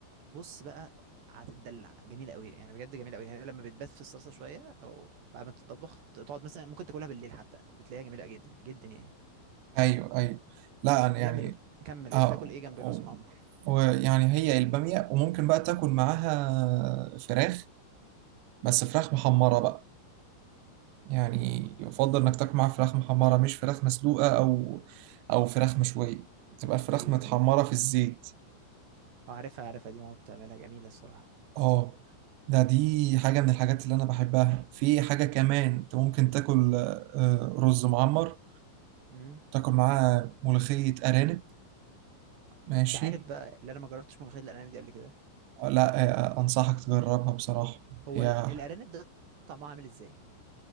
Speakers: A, on the right; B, on the right.
A: بص بقى هتتدلع جميلة قوي يعني بجد جميلة قوي هي لما بتبات في الصلصة شوية او بعد ما تتطبخ تقعد مثلا ممكن تاكلها بالليل حتى بتلاقيها جميلة جدا جدا يعني
B: ايوه ايوه لا أنا
A: جمل
B: يعني
A: وبت... كمل وبتاكل
B: اه
A: ايه جنب
B: و-
A: الرز معمر
B: ويعني هي البامية وممكن بقى تاكل معاها فراخ بس فراخ محمرة
A: ايوه
B: بقى يعني
A: آم،
B: يفضل انك تاكل معاها فراخ محمرة مش فراخ مسلوقة او او فراخ مشوية تبقى الفراخ
A: ايوه
B: متحمرة
A: ايوه
B: في الزيت
A: اه عارفها عارفها دي ماما بتعملها جميلة الصراحة
B: اه ده دي حاجة من الحاجات اللي انا بحبها في حاجة كمان انت ممكن تاكل آه، رز معمر
A: قول
B: تاكل معاه ملوخية ارانب ماشي
A: انت عارف بقى اللي انا ما جربتش ملوخيه الارانب دي قبل كده
B: آه، لا آه، انصحك تجربها بصراحة
A: هو
B: هي
A: ال- الارانب ده طعمها عامل ازاي